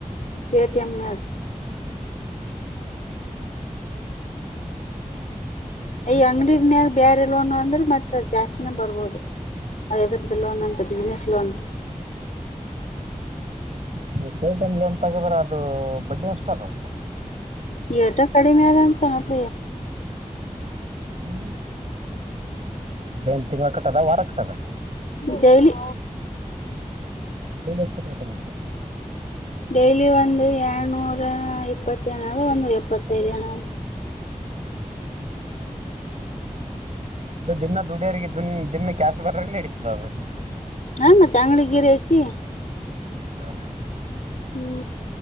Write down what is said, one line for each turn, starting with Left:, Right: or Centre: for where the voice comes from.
Left: ಪೇಟಿಎಂ ಮ್ಯಾಗ ಐಯ
Right: ಹಂಗಾರ
Left: ಅಂಗಡಿದ ಮ್ಯಾಗ ಬೇರೆ ಲೋನ್ ಅಂದ್ರೆ ಮತ್ತತ್ ಅ್ ಜಾಸ್ತಿನ ಬರ್ಬೋದು ಆದ್ರದೇ ಲೋನ್ ಅಂತ ಬಿಸ್ನೆಸ್ ಲೋನ್
Right: ನೀ ೇಟಮ್ ಒನ್ ತಗದ್ರ ಅದು ಬಡ್ಡಿ ಅಷ್ಟಾರಕ
Left: ಏಟಾ ಕಡಿಮೆಯಾದ ತೆನಪ
Right: ಹೂ ಅದೇನ್ ತಿಂಗಳ ಕಟ್ಟದ ವಾರ ಕಟ್ಟದ
Left: ಡೈಲಿ
Right: ಡೈಲಿ ಅಷ್ಟೇ ತಿಳ್ಕೋಬೇಕು
Left: ಡೈಲಿ ಒಂದು ಎರನೂರ ಇಪ್ಪತ್ತ ನದ ಒಂದು ಎಪ್ಪತ್ತೈದು ಏನಾರ
Right: ಹೂ ಹೂ ಅದು ದಿನ ದುಡಿಯೋರಿಗೆ ದಿನ ಕ್ಯಾಶ್ ಬರ ನಡೀತು ಅದು
Left: ಹಾ ಮತ್ತೆ ಅಂಗ್ಡಿ ಗಿರಿ ಹಾಕಿ
Right: ಹೂ ಹೂ
Left: ಹೂ